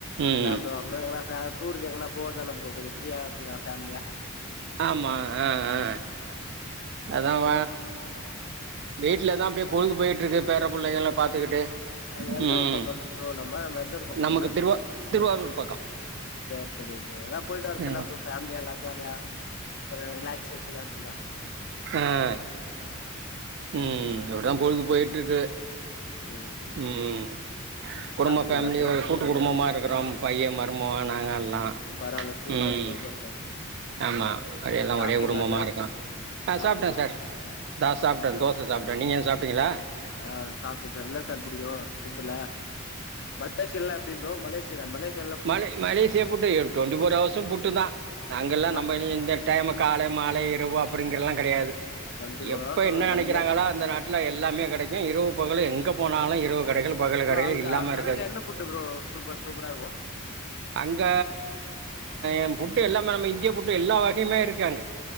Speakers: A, on the right; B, on the left.
A: ம்
B: என்ன ப்ரோ அப்றோ என்ன சார் டூருக்கு எங்கன போறத ப்ரோ கொஞ்ச ஃப்ரீ அரத்துக்கு <unintelligible> ஃபேமிலியா
A: ஆமா ஆ ஆ அதா <unintelligible>
B: எங்கனா
A: வீட்டுல தா அப்டியே பொழுகு போய்ட்டு இருக்கு பேர பிள்ளகளா பாத்துக்கிட்டு
B: அது எந்த
A: ம்
B: ஒரு பக்கோ ப்ரோ நம்ப நம்ப எந்த ஒரு பக்கோ
A: நமக்கு
B: நம்ப
A: திருவா திருவாரூர் பக்கோ
B: சேரி சேரி ப்ரோ எங்னா போய்ட்டு வருத்தனா
A: ஆமா
B: ப்ரோ ஃபேமிலியா எல்லா ஜாலியா ஒரு ரிலாக்சேஷன்னா இருக்குல
A: ம் ம் அப்டிதா பொழுது போய்ட்டு இருக்கு
B: ம்
A: ம் குடும்ப
B: சாப்ட்டீங்களா
A: ஃபேமிலி
B: சார்
A: ஒரு கூட் டுகுடும்பமா இருக்கிறோ பைய மருமக நாங்க எல்லா
B: ம் பாரவால்ல சூப்பர்
A: ம்
B: சூப்பர் சார்
A: ஆமா எல்லா
B: சாப்ட்டீங்களா
A: ஒரே குடுபமா
B: சார்
A: இருக்கோ ஆ
B: சாப்ட்டீங்களா
A: சாப்ட்டே சார் நா சாப்ட்டே
B: ஆ
A: தோசை சாப்ட்டே நீங்க ஏது சாப்ட்டீங்களா
B: ஆ சாப்ட்டே சார் என்னா சார் புடிக்கு ஃபுட்டுல மலேசியல்லா எப்டி ப்ரோ மலேசி யேல மலேசியால்லா
A: மல மலேசியா புட்டு டுவெண்ட்டி ஃபோர் ஹர்ஸு புட்டு தா நாங்கெல்லா
B: ஆ
A: நம்ப இ இந்த டைமு காலை மாலை இரவு அப்டிங்கிறல்லா கெடையாது
B: டுவெண்ட்டி ஃபோர்
A: எப்ப
B: ஹவர்ஸ்
A: என்ன நெனைக்கிறாங்களோ
B: ரன்லயே இருக்கு
A: அந்த நாட் டுல எல்லாமே கெடைக்கு இரவு பகலு எங்க போனாலு இரவு கடைகள் பகலு
B: ப்ரோ
A: கடைகள்
B: அங்க
A: இல்லாம இருக்காது
B: அங்க என்ன ஃபுட்டு ப்ரோ சூப்பர் சூப்பரா இருக்கு
A: அங்க எ ஃபுட்டு எல்லாமே நம்ம இந்தியா ஃபுட்டு எல்லா வகையுமே இருக்கு அங்க